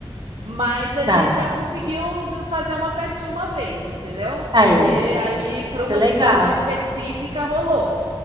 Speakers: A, on the right; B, on the right.
A: Mas a
B: Tá,
A: gente já conseguiu d- fazer uma festinha uma vez, entendeu?
B: aí.
A: Porque ali, para
B: Isso
A: uma
B: é legal.
A: situação específica, rolou.